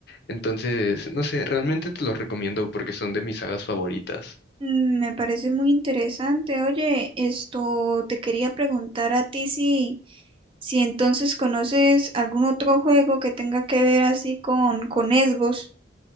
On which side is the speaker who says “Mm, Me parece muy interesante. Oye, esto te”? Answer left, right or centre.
Right